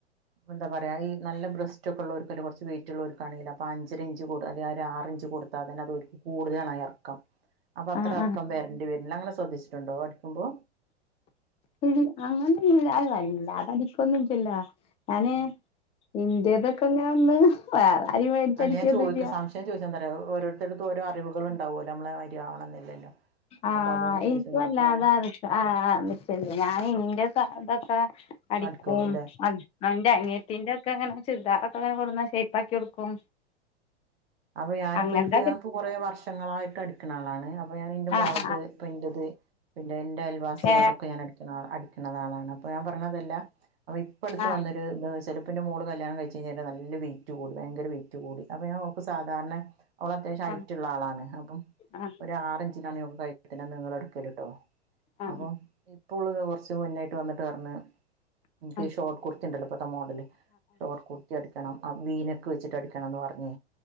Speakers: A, on the right; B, on the left.
A: എന്താ പറയാ ഈ നല്ല ബ്രസ്റ്റ് ഒക്കെ ഉള്ളർക്ക്ല്ല കുറച്ച് വെയിറ്റ് ഉള്ളർക്കാണെങ്കിൽ അഞ്ചരഞ്ച് അല്ല ഒരു ആറിഞ്ച് കൊടു ഇപ്പോ തന്നെ അത് കൂടുതലാണ് ഇറക്കം അപ്പൊ അത്ര
B: ആഹ്
A: ഇറക്കം
B: ആഹ്
A: വരേണ്ടി വരുന്ന അങ്ങനെ ശ്രദ്ധിച്ചിട്ടുണ്ടോ അ ടിക്കുമ്പോ
B: ശരി അങ്ങനൊന്നല്ല അത് വല്ലാതെ അടിക്കൊന്നുമില്ലാലോ
A: ഉം
B: ഇ ൻ്റെ തൊക്കെ ഇങ്ങനെ ഒന്ന് വേറെ ആരും മേടിച്ചടിക്കൊന്നുല്ല
A: അല്ല ഞാൻ ചൊയ്ക സശ ഞാൻ ചോദിച്ചത് അറിയോ ഓരോരുത്തറ്കും ഓരോ അറിവുകൾണ്ടാവുമോ നമ്മളെമാ തിരിയാവണം എന്നില്ലല്ലോ
B: ആഹ
A: അപ്പൊ അതുകൊണ്ട് ചോദിച്ചെന്നുള്ളൂ
B: എനിക്ക് വല്ലാതെ
A: അപ്പൊ ഞാൻ
B: നിച്ചലിയ ഞാൻ ഇന്റെ ഇതൊക്കെ അടിക്കും
A: അടിക്കുള്ളൂ അല്ലേ
B: ഹസ്ബൻ്റ് ൻ്റെ അനിയത്തി ത്തിന്റെ ഒക്കെ അങ്ങനെ ചുരിദാർ ഒക്കെ കൊടുന്ന ഷയ് പ്പാക്കി കൊടുക്കും
A: അപ്പൊ ഞാനിപ്പോ
B: അങ്ങനത്തൊക്കെ
A: എനിക്ക് ഞ കൊറേ വർഷങ്ങളായിട്ട് അടിക്കണ ആളാണ് ഞാൻ എന്റെ മോളത്
B: ആഹ് ആഹ്
A: ഇപ്പയിന്റത് പിന്നെ എന്റെ അയൽവാസികൾക്കൊക്കെ
B: ഏ
A: ഞാൻ അടിക്കുന്ന ആളാണ് അപ്പൊ ഞാൻ പറഞ്ഞതെല്ല അപ്പൊ ഇപ്പടുത്ത്
B: ആ ആ
A: വന്നൊരു ദ് ന്നുവെച്ചാൽ മോള് കല്യാണം കഴിച്ചച്ച് കഴിഞ്ഞാല് നല്ല വെയിറ്റ് കൂടി ഭയങ്കര വെയിറ്റ് കൂടി അപ്പൊ ഞ ഓള്ക്ക് സാധാരണ അവൾ അത്യാവശ്യം
B: ആ
A: ഐറ്റുള്ള ആളാണ് അപ്പം
B: ആ
A: ഒരു ആർഞ്ചിലാണ് ഓള്ക്ക് തയ് ത്തിന നിളെടുകൽ ട്ടോ
B: ആ ആ ആ
A: അപ്പൊ ഇപ്പോ ഓൾ കുറച്ച് മുന്നായിട്ട് വന്നിട്ട് പറഞ്ഞൂ, ഇനക്
B: ആ ആ ആ
A: ഇ ഷോർട്ട് കുർത്തി ഉണ്ടല്ലോ ഇപ്പത്തെ മോഡല് ഷോർട്ട് കുർത്തി അടിക്കണം ആ വീനൊക്കെ വെച്ചിട്ട് അടിക്ക ണം പറഞ്ഞു